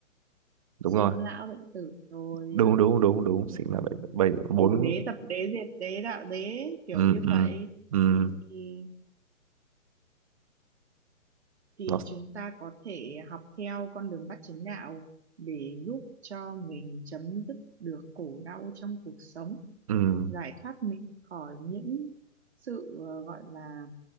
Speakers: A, on the right; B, on the right.
A: đúng
B: sinh
A: rồi.
B: lão bệnh tử rồi
A: Đúng
B: à,
A: đúng đúng đúng,
B: ừm,
A: chính là bảy bảy
B: khổ
A: bốn
B: đế tập đế diệt đế đạo đế kiểu
A: ừ
B: như
A: ừ
B: vậy
A: ừ
B: thì thì
A: nó
B: chúng ta có thể học theo con đường Bát Chánh Đạo để giúp cho mình chấm dứt được khổ đau trong cuộc sống,
A: ừ
B: giải thoát mình khỏi những sự ờ, gọi là